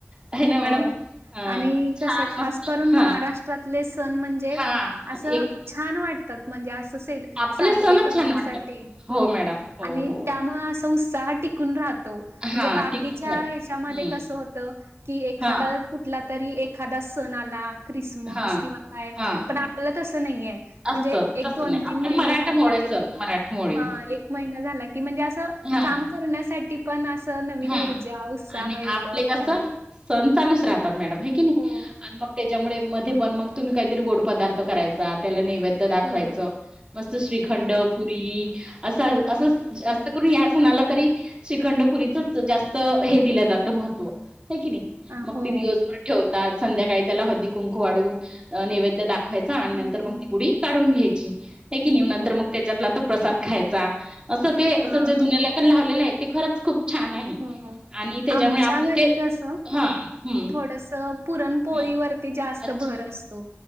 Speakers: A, on the right; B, on the right.
A: आहे ना
B: होय
A: मॅडम. हा
B: आणि
A: छान
B: कस खास
A: मस्त
B: करून
A: हा
B: महाराष्ट्रातले सण म्हणजे
A: हा
B: अस
A: एक
B: छान वाटतात. म्हणजे अस सेल
A: आपले
B: साजरे
A: सणच
B: करण्यासाठी.
A: छान वाटतात.
B: हो
A: मॅडम हो
B: आणि
A: हो
B: त्यामुळ अस तो उत्साह टिकून राहतो. म्हणजे
A: हा
B: बाकीच्या
A: टिकून राहतो
B: ह्याच्यामध्ये
A: हम्म
B: कस होत की एखाद
A: हा
B: तर कुठला तरी एखादा सण आला ख्रिसमस
A: हा
B: किंवा काय
A: हा.
B: पण आपल तस नाही आहे‌.
A: असं
B: म्हणजे एक
A: तसं
B: दोन
A: नाही आपल्या
B: तीन महिने
A: मराठमोळे
B: झाले
A: सण
B: की,
A: मराठमोळी
B: हा एक महिना झाला. की म्हणजे असं
A: हा
B: काम करण्यासाठी पण असं नवीन
A: हा
B: ऊर्जा उत्साह
A: आणि
B: येतो
A: आपले
B: आपल्याला.
A: कसं सण चालूच राहतात मॅडम आहे की नाही,
B: हो,
A: आणि मग त्यांच्यामुळे मध्ये पण मग तुम्ही काहीतरी गोड पदार्थ करायचा त्याला नैवेद त दाखवायचं
B: हो, हो,
A: मस्त श्रीखंड
B: हं,
A: पुरी असं असंच जा तत्पूर्वी या सणाला तरी श्रीखंडपुरीचच जास्त हे दिलं जातं महत्त्व, होय कि नाही?
B: आ,
A: मग
B: हो,
A: ते दिवसभर ठेवतात संध्याकाळी त्याला हळदी कुंकू वाढवून नैवेद्य दाख खायचा आणि नंतर
B: हं,
A: मग ती गुढी काढून घ्यायची आहे की नाही नंतर
B: हो,
A: मग त्याच्या आपला तो प्रसाद खायचा असं ते असं
B: हां,
A: जे जुन्याला पण लावलेलं आहे ते खरंच खूप छान आहे
B: हा हा,
A: आणि त्याच्यामुळे
B: आमच्या
A: आपण
B: घरी
A: ते
B: कसं
A: हा हम्म
B: थोडसं पुरणपोळीवरती
A: हा
B: जास्त
A: अच्छा
B: भर असतो.